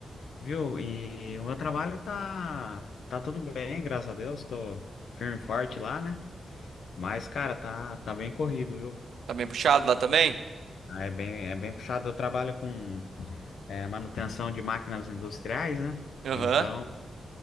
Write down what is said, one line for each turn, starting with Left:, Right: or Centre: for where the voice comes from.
Left: Viu? E o meu trabalho tá, tá tudo bem, graças a Deus, tô firme e forte lá, né? Mas, cara, tá, tá bem corrido, viu?
Right: Tá bem puxado lá também?
Left: É bem, é bem puxado. Eu trabalho com, é, manutenção de máquinas industriais, né?
Right: Aham,
Left: Então,